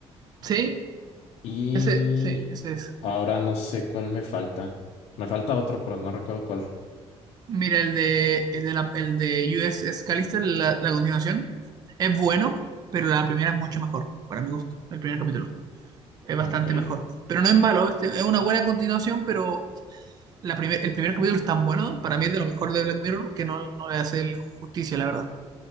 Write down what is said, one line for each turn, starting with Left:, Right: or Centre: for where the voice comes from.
Right: Sí,
Left: Y
Right: ese, sí, ese es.
Left: ahora no sé cuál me falta. Me falta otro, pero no recuerdo cuál.
Right: Mira, el de, el de, la, el de USS Callister, la, la continuación, es bueno, pero la primera es mucho mejor, para mi gusto, el primer capítulo. Es bastante
Left: Ok.
Right: mejor. Pero no es malo, este, es una buena continuación, pero la primer, el primer capítulo es tan bueno, para mí es de lo mejor de Black Mirror, que no, no le hace justicia, la verdad.